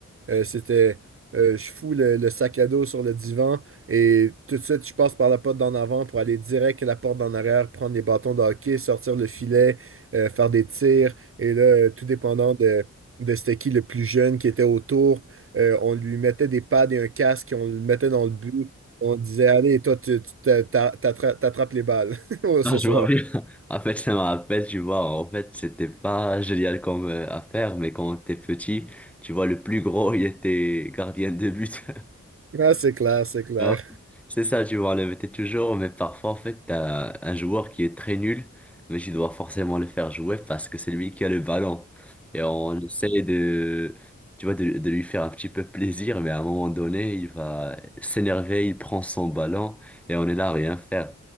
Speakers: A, on the right; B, in the centre.
A: euh, c'était, euh, je fous le, le sac à dos sur le divan et tout de suite, je passe par la porte d'en avant pour aller direct à la porte d'en arrière, prendre les bâtons de hockey, sortir le filet, euh, faire des tirs. Et là, euh, tout dépendant de, de c'était qui le plus jeune qui était autour, euh, on lui mettait des pads et un casque, on le mettait dans le but. On disait, allez, toi, tu, tu t'a- t'a- t'attra- t'attrapes les balles <laughs>
B: Ah,
A: ce soir.
B: je vois bien. <laughs> En fait, ça me rappelle, tu vois, en fait, c'était pas génial comme euh, affaire, mais quand t'es petit, tu vois, le plus gros, il était gardien de but.
A: Ah, c'est clair, c'est clair.
B: Ouais. C'est ça, tu vois, le t'es toujours, mais parfois, en fait, t'as un joueur qui est très nul, mais tu dois forcément le faire jouer parce que c'est lui qui a le ballon. Et on essaie de, tu vois, de, de lui faire un petit peu plaisir, mais à un moment donné, il va s'énerver, il prend son ballon et on est là à rien faire.